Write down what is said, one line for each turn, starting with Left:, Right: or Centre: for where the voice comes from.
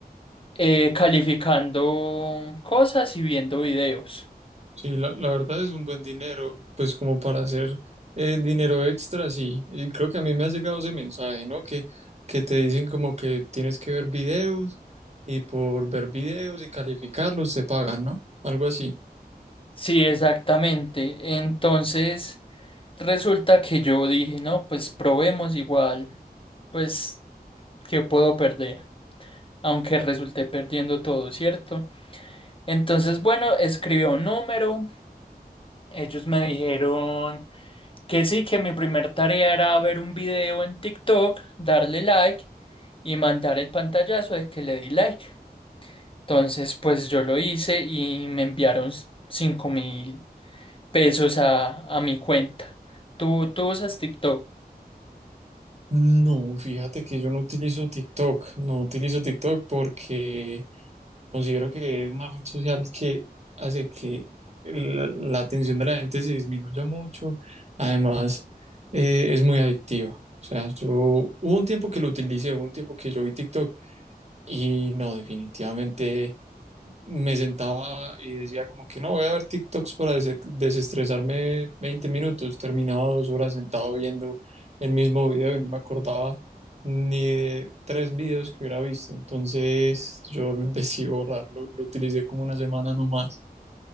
Left: eh, calificando cosas y viendo videos.
Right: Sí, la, la verdad es un buen dinero, pues como para hacer eh, dinero extra, sí. Y creo que a mí me ha llegado ese mensaje, ¿no? Que, que te dicen como que tienes que ver videos y por ver videos y calificarlos te pagan, ¿no? Algo así.
Left: Sí, exactamente. Entonces, resulta que yo dije, no, pues probemos igual, pues, ¿qué puedo perder? Aunque resulté perdiendo todo, ¿cierto? Entonces, bueno, escribí un número. Ellos me dijeron que sí, que mi primer tarea era ver un video en TikTok, darle like y mandar el pantallazo de que le di like. Entonces, pues yo lo hice y me enviaron 5.000. pesos a, a mi cuenta. ¿Tú, tú usas TikTok?
Right: No, fíjate que yo no utilizo TikTok, no utilizo TikTok porque Considero que es una red social que hace que la, la atención de la gente se disminuya mucho. Además, eh, es muy adictiva. O sea, yo hubo un tiempo que lo utilicé, hubo un tiempo que yo vi TikTok y no, definitivamente me sentaba y decía como que no, voy a ver TikToks para des- desestresarme 20 minutos, terminaba dos horas sentado viendo el mismo video y no me acordaba ni de tres videos que hubiera visto, entonces yo decidí borrarlo, lo utilicé como una semana nomás.